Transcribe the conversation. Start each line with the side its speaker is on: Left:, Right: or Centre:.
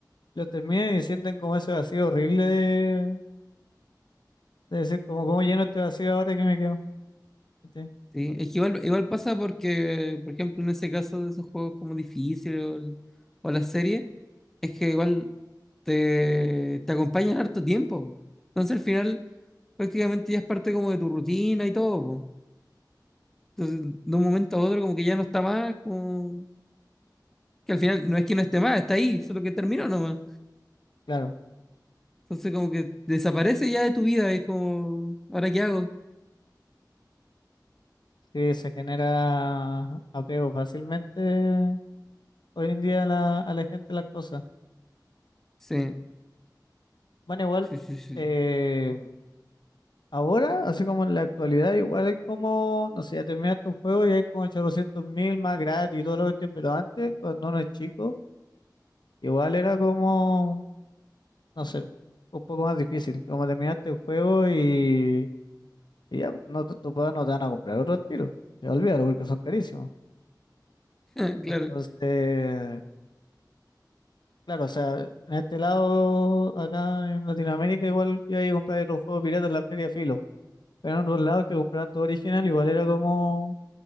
Left: lo terminan y sienten como ese vacío horrible de, de decir como cómo lleno este vacío ahora que me quedo. ¿cachai?
Centre: ¿sí? Es que igual, igual pasa porque, por ejemplo, en ese caso de esos juegos como difícil o, el- o la serie, es que igual te, te acompañan harto tiempo. po. Entonces al final prácticamente ya es parte como de tu rutina y todo. po. Entonces de un momento a otro como que ya no está más, como que al final no es que no esté más, está ahí, solo que terminó nomás.
Left: Claro,
Centre: Entonces como que desaparece ya de tu vida, es como, ¿ahora qué hago?
Left: sí se genera apego fácilmente hoy en día a la, a la gente a las cosas.
Centre: Sí,
Left: Bueno, igual
Centre: sí, sí, sí.
Left: eh, ahora, así como en la actualidad, igual es como, no sé, ya terminas tu juego y hay como 800 mil más gratis y todo lo que tiene pero antes, cuando uno es chico, igual era como, no sé, un poco más difícil, como terminaste el juego y Y ya, no, te- tus papás no te van a comprar otro tiro. Ya olvídalo porque son carísimos.
Centre: <laughs> Claro.
Left: Entonces, claro, o sea, en este lado, acá en Latinoamérica, igual iba a comprar otro juego pirata en la feria filo. Pero en otros lados que compraban todo original, igual era como